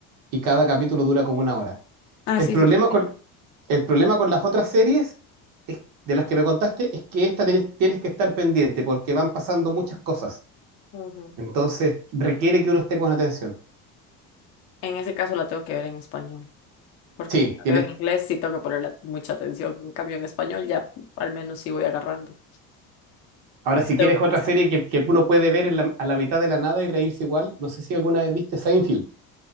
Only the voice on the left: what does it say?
Ah,
sí,
súper
bien.
Ujú.
En ese caso la tengo que ver en español, porque
si la
veo en inglés sí tengo que ponerle mucha atención. En cambio, en español ya al menos sí voy agarrando.
Tengo
que
pensar.